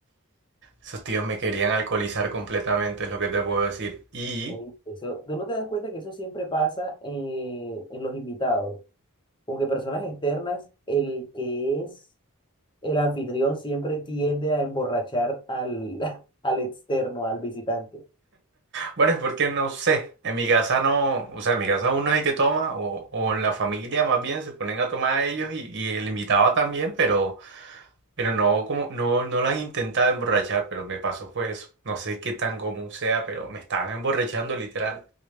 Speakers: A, on the right; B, on the left.
A: Esos tíos me querían alcoholizar completamente, es lo que te puedo decir. Y
B: Ey, Eso, tú no te das cuenta que eso siempre pasa eh, en los invitados. Como que personas externas, el que es el anfitrión siempre tiende a emborrachar al, <laughs> al externo, al visitante.
A: Bueno, es porque no sé, en mi casa no, o sea, en mi casa uno es el que toma, o, o en la familia más bien se ponen a tomar ellos y, y el invitado también, pero, pero no, como, no, no lo han intentado emborrachar, pero me pasó fue eso. No sé qué tan común sea, pero me estaban emborrachando literal.